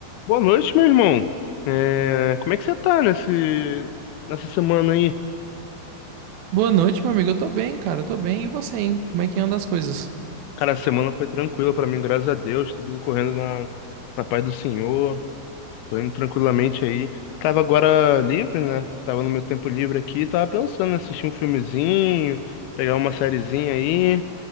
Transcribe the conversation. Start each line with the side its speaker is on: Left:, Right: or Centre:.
Left: Boa noite, meu irmão. É, como é que você tá nesse, nessa semana aí?
Right: Boa noite, meu amigo. Eu tô bem, cara. Eu tô bem. E você, hein? Como é que anda as coisas?
Left: Cara, a semana foi tranquila pra mim, graças a Deus. Tá Tudo correndo na, na paz do Senhor. Tô indo tranquilamente aí. Tava agora livre, né? Tava no meu tempo livre aqui. Tava pensando em assistir um filmezinho, pegar uma sériezinha aí.